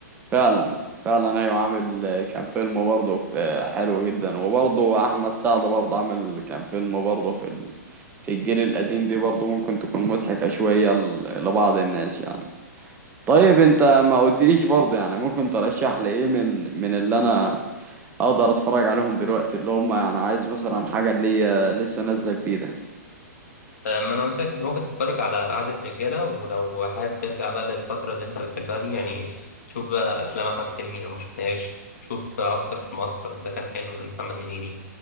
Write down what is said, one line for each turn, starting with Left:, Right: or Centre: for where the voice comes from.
Right: فعلا فعلا ايوه عامل آه، كان فيلم برضه آه، حلو جدا وبرضه احمد سعد برضه عامل كان فيلم برضه في ال... في الجيل القديم دي برضه ممكن تكون مضحكة شوية ل... لبعض الناس يعني طيب انت ما قلتليش برضه يعني ممكن ترشح لي ايه من من اللي انا اقدر اتفرج عليهم دلوقتي اللي هم يعني عايز مثلا حاجة اللي هي لسه نازلة جديدة
Left: فما انا قلت لك انت ممكن تتفرج على قعده رجاله ولو حابب ترجع بقى للفتره اللي انت بتحبها دي يعني شوف بقى افلام احمد حلمي لو ما شفتهاش شوف عسكر في المعسكر ده كان حلو لمحمد هنيدي